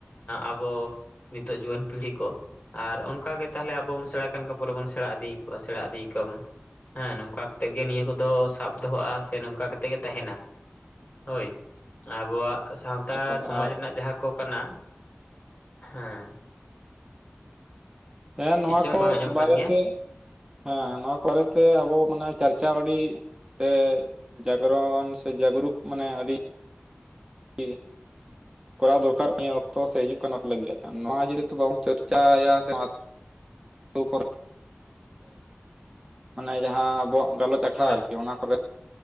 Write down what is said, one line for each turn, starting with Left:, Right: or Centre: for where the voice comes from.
Left: ᱟᱵᱚ ᱱᱤᱛᱚᱜ ᱡᱩᱣᱟᱹᱱ ᱯᱤᱲᱦᱤ ᱠᱚ ᱟᱨ ᱚᱱᱠᱟ ᱜᱮ ᱛᱟᱦᱚᱞᱮ ᱟᱵᱚ ᱵᱚᱱ ᱥᱮᱬᱟᱭ ᱠᱷᱟᱱ ᱯᱚᱨ ᱵᱚᱱ ᱥᱮᱬᱟ ᱤᱫᱤ ᱠᱚᱣᱟ ᱥᱮᱬᱟ ᱤᱫᱤ ᱠᱚᱣᱟᱵᱚᱱ ᱦᱮᱸ ᱱᱚᱝᱠᱟ ᱠᱟᱛᱮᱜ ᱜᱮ ᱱᱤᱭᱟᱹ ᱠᱚᱫᱚ ᱥᱟᱵ ᱫᱚᱦᱚᱜᱼᱟ ᱥᱮ ᱱᱚᱝᱠᱟ ᱠᱟᱛᱮᱜ ᱜᱮ ᱛᱟᱦᱮᱱᱟ ᱦᱳᱭ ᱟᱵᱚᱣᱟᱜ ᱥᱟᱶᱛᱟ
Right: ᱮᱠᱟᱞ
Left: ᱥᱚᱢᱟᱡᱽ
Right: ᱟᱨ
Left: ᱨᱮᱱᱟᱜ ᱡᱟᱦᱟᱸ ᱠᱚ ᱠᱟᱱᱟ ᱦᱮᱸ
Right: ᱦᱮᱸ ᱱᱚᱣᱟ
Left: ᱪᱮᱫ ᱪᱚᱝ
Right: ᱠᱚ
Left: ᱵᱟᱝ ᱟᱸᱡᱚᱢᱚᱜ
Right: ᱵᱟᱨᱮ
Left: ᱠᱟᱱ ᱜᱮᱭᱟ
Right: ᱛᱮ ᱦᱮᱸ ᱱᱚᱣᱟ ᱠᱚᱨᱮ ᱛᱮ ᱟᱵᱚ ᱢᱟᱱᱮ ᱪᱟᱨᱪᱟᱣ ᱟᱹᱰᱤ ᱛᱮ ᱡᱟᱜᱽᱨᱚᱱ ᱥᱮ ᱡᱟᱜᱽᱨᱩᱠ ᱢᱟᱱᱮ ᱟᱹᱰᱤ <unintelligible> ᱠᱚᱨᱟᱣ ᱫᱚᱨᱠᱟᱨ ᱱᱤᱭᱟᱹ ᱚᱠᱛᱚ ᱥᱮ ᱦᱤᱡᱩᱜ ᱠᱟᱱ ᱚᱠᱛᱚ ᱱᱚᱣᱟ ᱡᱩᱫᱤ ᱵᱟᱵᱚᱱ ᱪᱚᱨᱪᱟᱭᱟ ᱥᱮ <unintelligible> ᱢᱟᱱᱮ ᱡᱟᱦᱟᱸ ᱟᱵᱚᱣᱟᱜ ᱜᱟᱞᱚᱪ ᱟᱠᱷᱲᱟ
Left: ᱦᱳᱭ
Right: ᱟᱨᱠᱤ ᱚᱱᱟ ᱠᱚᱨᱮ